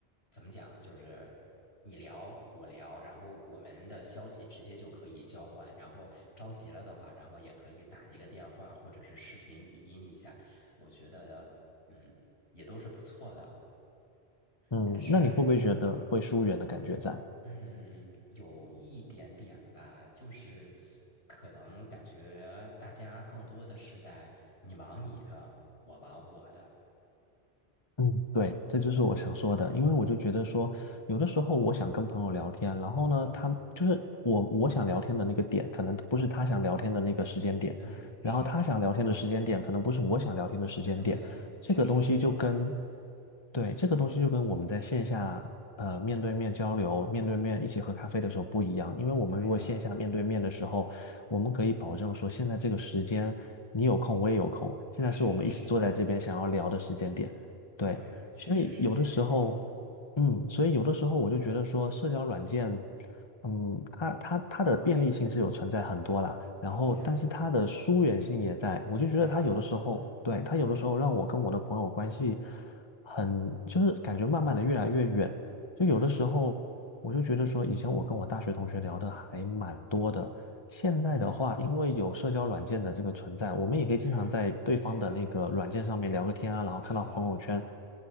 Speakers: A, on the left (about 80°); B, on the left (about 25°).
A: 怎么讲，就是你聊我聊，然后我们的消息直接就可以交换，然后着急了的话，然后也可以打一个电话或者是视频语音一下，我觉得嗯也都是不错的。
B: 嗯，
A: 但是
B: 那你会不会觉得会疏远的感觉在？
A: 嗯，有一点点吧，就是可能感觉大家更多的是在你忙你的，我忙我的。
B: 嗯，对，这就是我想说的，因为我就觉得说，有的时候我想跟朋友聊天，然后呢，他就是我我想聊天的那个点，可能不是他想聊天的那个时间点，
A: 对，是的，
B: 然后他想聊天的时间点，可能不是我想聊天的时间点，
A: 对，确实是这样。
B: 这个东西就跟对，这个东西就跟我们在线下呃面对面交流、面对面一起喝咖啡的时候不一样，因为我们如果线下面对面的时候，
A: 对呀，
B: 我们可以保证说现在这个时间你有空，我也有空，现在是我们一起坐在这边想要聊的时间点。
A: 是的，是的，
B: 对，
A: 对，确实是这样。
B: 所以有的时候，嗯，所以有的时候我就觉得说社交软件，嗯，它它它的便利性是有存在很多啦，然后但是它的疏远性也在，
A: 对呀，也在，
B: 我就觉得它有的时候，
A: 嗯
B: 对，它有的时候让我跟我的朋友关系。很，就是感觉慢慢的越来越远。就有的时候，
A: 嗯
B: 我就觉得说，以前我跟我大学同学聊的还蛮多的。现在的话，
A: 嗯
B: 因为有社交软件的这个存在，我们也可以经常在对方的那个软件上面聊个天啊，
A: 嗯，对呀，
B: 然后看到朋友圈，
A: 是的。